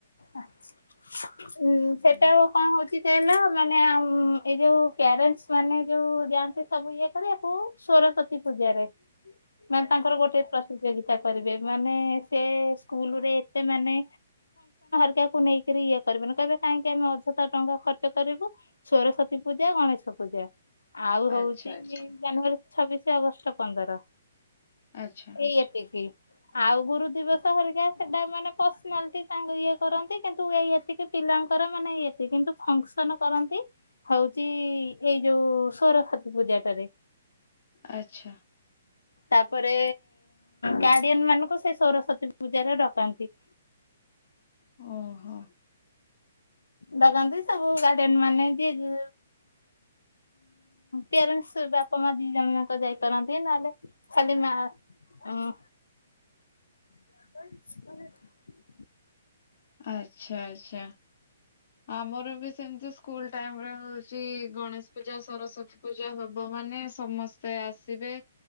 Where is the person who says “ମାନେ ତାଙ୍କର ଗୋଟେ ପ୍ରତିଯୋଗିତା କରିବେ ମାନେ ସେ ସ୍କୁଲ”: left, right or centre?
Left